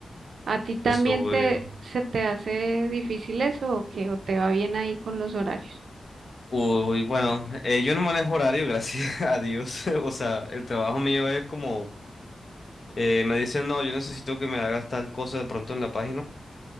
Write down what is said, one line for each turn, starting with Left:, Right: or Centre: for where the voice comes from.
Right: ¿A ti también
Left: Eso,
Right: te,
Left: eh,
Right: se te hace difícil eso o qué? ¿O te va bien ahí con los horarios?
Left: Uy, bueno, eh, yo no manejo horario, gracias <laughs> a Dios. <laughs> O sea, el trabajo mío es como, eh, me dicen, no, yo necesito que me hagas tal cosa de pronto en la página.